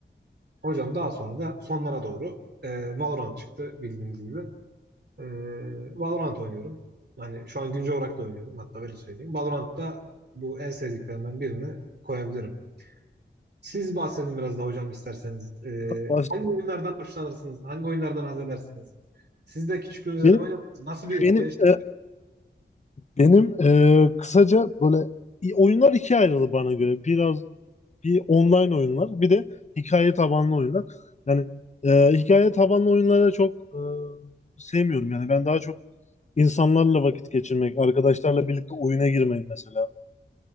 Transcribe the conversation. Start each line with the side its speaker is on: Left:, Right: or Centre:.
Right: hocam daha sonra da sonlara doğru e, Valorant çıktı bildiğiniz gibi. Ee, Valorant oynuyorum. Hani şu an güncel olarak da oynuyorum. Hatta öyle söyleyeyim. Valorant'ta bu en sevdiklerimden birini koyabilirim. Siz bahsedin biraz da hocam isterseniz. Ee,
Left: Baş-
Right: hangi oyunlardan hoşlanırsınız? Hangi oyunlardan haz edersiniz? Siz de küçüklüğünüzde
Left: Benim
Right: ne oynadınız? Nasıl bir
Left: benim
Right: gelişim
Left: e, benim e, kısaca böyle i- oyunlar ikiye ayrıldı bana göre. Biraz bir online oyunlar, bir de hikaye tabanlı oyunlar. Yani e, hikaye tabanlı oyunlara çok e, sevmiyorum. Yani ben daha çok insanlarla vakit geçirmek, arkadaşlarla birlikte oyuna girmeyi mesela.